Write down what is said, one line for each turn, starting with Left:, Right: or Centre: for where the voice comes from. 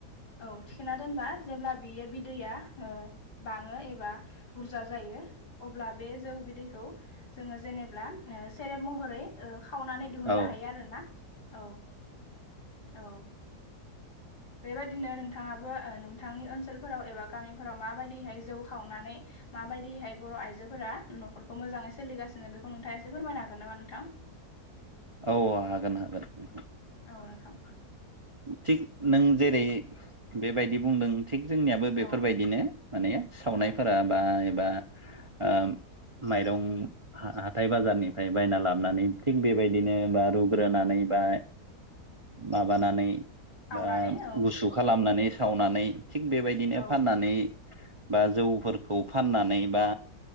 Left: औ थिखना दोनबा। जेब्ला बियो बिदैया ओ बांङो एबा बुरजा जायो अब्ला बे। जौ बिदैखौ जोंङो जेनेब्ला सेरेब महरै। खावनानै दिहुननो
Right: औ
Left: हायो आरोना औ औ। बेबायदिनो नोंथाङाबो नोंथांनि ओनसोलफोराव एबा गामिफोराव माबायदिहै जौ खावनानै म माबायदिहाय बर आइजोफोरा। नखरखौ मोजांङै सोलिगासिनो बेखौ नोंथाङा एसे फोरमायनो हागोन नामा नोंथां।
Right: औ औ हागोन हागोन।
Left: खां <unintelligible>
Right: थिग नों जेरै बेबायदि बुंदों थिग जोंनियाबो बेफोरबायदिनो
Left: औ
Right: माने सावनायफोरा
Left: औ
Right: बा बा ओ माइरं हाथाय बाजारनिफ्राय बायना लाबोनानै। बेबायदिनो बा
Left: औ
Right: रुग्रोनानै बा माबानानै।
Left: सावनानै
Right: बा
Left: औ
Right: गुसु खालामनानै सावनानै थिग बेबायदिनो
Left: औ
Right: फाननानै।
Left: <inaudible>
Right: बा जौफोरखौ फाननानै बा